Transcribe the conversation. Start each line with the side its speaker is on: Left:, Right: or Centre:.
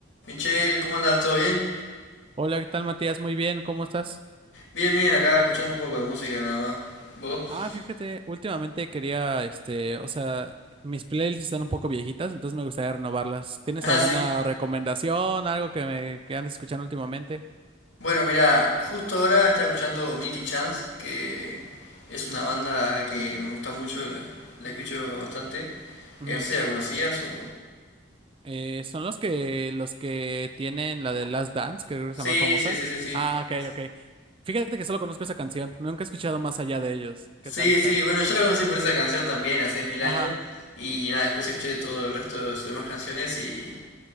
Left: Michelle, ¿cómo andas? ¿Todo bien?
Right: Hola, ¿qué tal, Matías? Muy bien, ¿cómo estás?
Left: Bien, bien, acá escuchando un poco de música nada más. ¿Vos? <laughs>
Right: Ah, fíjate, últimamente quería, este, o sea, mis playlists están un poco viejitas, entonces me gustaría renovarlas. ¿Tienes
Left: Ah,
Right: alguna
Left: sí.
Right: recomendación, algo que me que andes escuchando últimamente?
Left: Bueno, mira, justo ahora está escuchando Milky Chance, que es una
Right: Ujú,
Left: banda que me gusta mucho, la, la escucho bastante.
Right: ujú.
Left: Eh, No sé, si ¿la conocías o...?
Right: Eh, son los que los que tienen la de Last Dance, que creo que
Left: Sí,
Right: es la más famosa.
Left: sí, sí, sí, sí.
Right: Ah, ok,
Left: Es-
Right: ok. Fíjate que solo conozco esa canción, nunca he escuchado más allá de ellos.
Left: Sí,
Right: ¿Qué tal está?
Left: sí, bueno, yo la conocí por esa canción también hace mil
Right: Ajá.
Left: años. Y nada, después escuché todo el resto de sus demás canciones y...